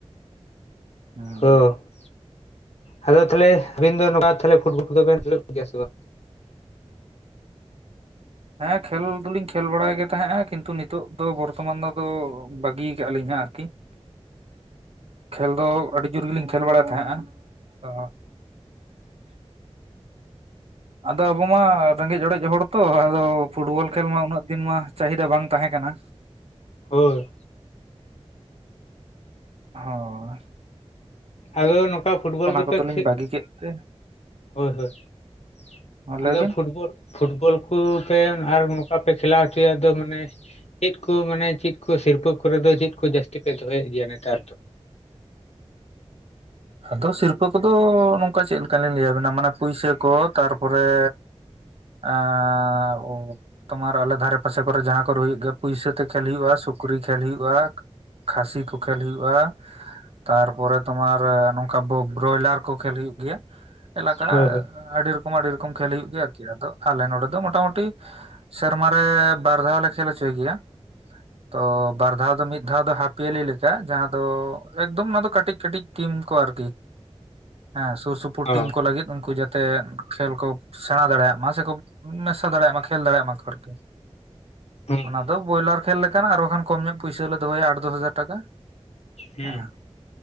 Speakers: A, on the right; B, on the left.
A: ᱦᱩᱸ
B: ᱦᱚ, ᱟᱫᱚ ᱛᱟᱦᱚᱞᱮ ᱟᱵᱤᱱ ᱫᱚ ᱱᱚᱠᱟ ᱯᱷᱩᱴᱵᱚᱞ ᱠᱚᱫᱚ ᱵᱤᱱ ᱠᱷᱮᱞᱚᱜ ᱜᱮᱭᱟ ᱥᱮ ᱵᱟ?
A: ᱦᱮᱸ ᱠᱷᱮᱞ ᱫᱩᱞᱤᱧ ᱠᱷᱮᱞ ᱵᱟᱲᱟᱭ ᱜᱮ ᱛᱟᱦᱮᱸᱜᱼᱟ, ᱠᱤᱱᱛᱩ ᱱᱤᱛᱚᱜ ᱫᱚ ᱵᱚᱨᱛᱚᱢᱟᱱ ᱫᱚ ᱟᱫᱚ ᱵᱟᱹᱜᱤᱭ ᱟᱠᱟᱜ ᱟᱹᱞᱤᱧ ᱦᱟᱸᱜ ᱾ ᱟᱨᱠᱤ ᱠᱷᱮᱞ ᱫᱚ ᱟᱹᱰᱤ ᱡᱳᱨ ᱜᱮᱞᱤᱧ ᱠᱷᱮᱞ ᱵᱟᱲᱟᱭ ᱛᱟᱦᱮᱸᱜᱼᱟ ᱛᱚ ᱟᱫᱚ ᱟᱵᱚ ᱢᱟ ᱨᱮᱸᱜᱮᱡ ᱚᱲᱮᱡ ᱦᱚᱲ ᱛᱚ, ᱟᱫᱚ ᱯᱷᱩᱴᱵᱚᱞ ᱠᱷᱮᱞ ᱢᱟ ᱩᱱᱟᱹᱜ ᱫᱤᱱ ᱢᱟ ᱪᱟᱹᱦᱤᱫᱟ ᱵᱟᱝ ᱛᱟᱦᱮᱸ ᱠᱟᱱᱟ᱾
B: ᱦᱳᱭ ᱾
A: ᱦᱳᱭ ᱾
B: ᱟᱫᱚ ᱱᱚᱝᱠᱟ ᱯᱷᱩᱴᱵᱚᱞ ᱠᱚᱯᱮ
A: ᱠᱚᱫᱚᱞᱤᱧ
B: ᱠᱷᱮᱜ
A: ᱵᱟᱹᱜᱤ ᱠᱮᱫ ᱛᱮ
B: ᱦᱳᱭ ᱦᱳᱭ ᱾
A: ᱢᱟ ᱞᱟᱹᱭ
B: ᱟᱫᱚ
A: ᱵᱤᱱ
B: ᱯᱷᱩᱴᱵᱚᱞ ᱯᱷᱩᱴᱵᱚᱞ ᱠᱩᱯᱮ ᱟᱨ ᱱᱚᱝᱠᱟ ᱯᱮ ᱠᱷᱮᱞᱟ ᱦᱚᱪᱚᱭᱟ ᱟᱫᱚ ᱢᱟᱱᱮ ᱪᱮᱫ ᱠᱚ ᱢᱟᱱᱮ ᱪᱮᱫ ᱠᱚ ᱥᱤᱨᱯᱟᱹ ᱠᱚᱨᱮ ᱫᱚ ᱪᱮᱫ ᱠᱚ ᱡᱟᱹᱥᱛᱤ ᱯᱮ ᱫᱚᱦᱚᱭᱮᱫ ᱜᱮᱭᱟ ᱱᱮᱛᱟᱨ ᱫᱚ?
A: ᱟᱫᱚ ᱥᱤᱨᱯᱟᱹ ᱠᱚᱫᱚ ᱱᱚᱝᱠᱟ ᱪᱮᱫ ᱞᱮᱠᱟ ᱞᱤᱧ ᱞᱟᱹᱭᱟᱵᱤᱱᱟ ᱢᱟᱱᱮ ᱯᱩᱭᱥᱟᱹ ᱠᱚ ᱛᱟᱨᱯᱚᱨᱮ ᱟᱻ ᱚ ᱛᱚᱢᱟᱨ ᱟᱞᱮ ᱫᱷᱟᱨᱮ ᱯᱟᱥᱮ ᱠᱚᱨᱮ ᱡᱟᱦᱟᱸ ᱠᱚᱨᱮ ᱦᱩᱭᱩᱜ ᱜᱮ ᱯᱩᱭᱥᱟᱹ ᱛᱮ ᱠᱷᱮᱞ ᱦᱩᱭᱩᱜᱼᱟ ᱥᱩᱠᱨᱤ ᱠᱷᱮᱞ ᱦᱩᱭᱩᱜ ᱟ ᱠᱷᱟᱥᱤ ᱠᱚ ᱠᱷᱮᱞ ᱦᱩᱭᱩᱜᱼᱟ, ᱛᱟᱨᱯᱚᱨᱮ ᱛᱳᱢᱟᱨ <inaudible> ᱱᱚᱝᱠᱟ ᱵᱚ-ᱵᱨᱚᱭᱞᱟᱨ ᱠᱚ ᱠᱷᱮᱞ ᱦᱩᱭᱩᱜ ᱜᱮᱭᱟ, ᱮᱞᱟᱠᱟ
B: ᱦᱳᱭ ᱦᱳᱭ
A: ᱟᱹᱰᱤ ᱨᱚᱠᱚᱢ ᱟᱹᱰᱤ ᱨᱚᱠᱚᱢ ᱠᱷᱮᱞ ᱦᱩᱭᱩᱜ ᱜᱮᱭᱟ ᱟᱨᱠᱤ, ᱟᱫᱚ ᱟᱞᱮ ᱱᱚᱰᱮ ᱫᱚ <inaudible> ᱫᱚ ᱢᱳᱴᱟᱢᱩᱴᱤ ᱥᱮᱨᱢᱟ ᱨᱮ ᱵᱟᱨ ᱫᱷᱟᱣ ᱞᱮ ᱠᱷᱮᱞ ᱦᱚᱪᱚᱭ ᱜᱮᱭᱟ ᱾ ᱛᱚ ᱵᱟᱨ ᱫᱷᱟᱣ ᱫᱚ ᱢᱤᱫ ᱫᱷᱟᱣ ᱫᱚ ᱦᱟᱹᱯᱤᱭᱟᱞᱤ ᱞᱮᱠᱟ ᱡᱟᱦᱟᱸ ᱫᱚ ᱮᱠᱫᱚᱢ ᱚᱱᱟ ᱫᱚ ᱠᱟᱹᱴᱤᱡ ᱠᱟᱹᱴᱤᱡ ᱴᱤᱢ ᱠᱚ ᱟᱨᱠᱤ, ᱦᱮᱸ ᱥᱩᱨ ᱥᱩᱯᱩᱨ
B: ᱚ
A: ᱴᱤᱢ ᱠᱚ ᱞᱟᱹᱜᱤᱫ ᱩᱱᱠᱩ ᱡᱟ ᱛᱮ ᱠᱷᱮᱞ ᱠᱚ ᱥᱮᱬᱟ ᱫᱟᱲᱮᱭᱟᱜ ᱢᱟ ᱥᱮᱠᱚ ᱢᱮᱥᱟ ᱫᱟᱲᱮᱭᱟᱜ ᱢᱟ ᱠᱷᱮᱞ ᱫᱟᱲᱮᱭᱟᱜ ᱢᱟᱠᱚ ᱟᱨᱠᱤ ᱾
B: ᱦᱩᱸ
A: ᱚᱱᱟ
B: ᱦᱩᱸ
A: ᱫᱚ ᱵᱚᱭᱞᱟᱨ ᱠᱷᱮᱞ ᱞᱮᱠᱟᱱᱟᱜ ᱟᱨ ᱵᱟᱠᱷᱟᱱ ᱠᱚᱢ ᱧᱚᱜ ᱯᱩᱭᱥᱟᱹ ᱦᱚᱞᱮ ᱫᱚᱦᱚᱭᱟ ᱟᱴ ᱫᱚᱥ ᱦᱟᱡᱟᱨ ᱴᱟᱠᱟ ᱾
B: ᱦᱩᱸ
A: ᱦᱮᱸ ᱾